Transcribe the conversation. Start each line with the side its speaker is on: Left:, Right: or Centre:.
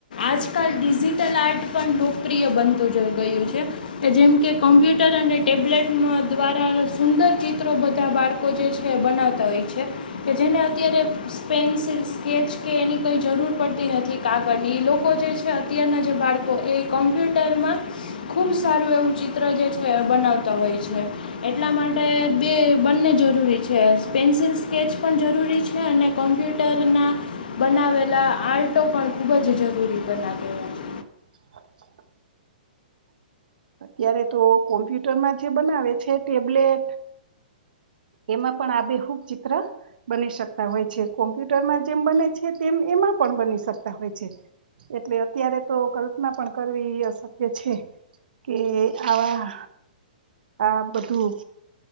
Left: આજકાલ ડિજિટલ આર્ટ પણ લોકપ્રિય બનતું ગ ગયું છે કે જેમ કે કોમ્પ્યુટર અને ટેબ્લેટ દ્વારા સુંદર ચિત્રો બધા બાળકો જે છે બનાવતા હોય છે કે જેને અત્યારે પેન્સિલ સ્કેચ કે એની કોઈ જરૂર પડતી નથી. કા ગળ લોકો જે છે અત્યારના જે બાળકો એ કોમ્પ્યુટરમાં ખૂબ સારું એવું ચિત્ર જે છે બનાવતા હોય છે. એટલા માટે બે બંને જરૂરી છે. પેન્સિલ સ્કેચ પણ જરૂરી છે અને કમ્પ્યુટરના બનાવેલા આર્ટો પણ ખૂબ જ જરૂરી બના કેવા છે.
Right: હ અત્યારે તો કોમ્પ્યુટરમાં જે બનાવે છે ટેબલેટ એમાં પણ આબેેહુબ ચિત્ર બની શકતા હોય છે. કોમ્પ્યુટરમાં જેમ બને છે તેમ એમાં પણ બની શકતા હોય છે. એટલે અત્યારે તો કલ્પના પણ કરવી અશક્ય છે. કે આવા આ બધું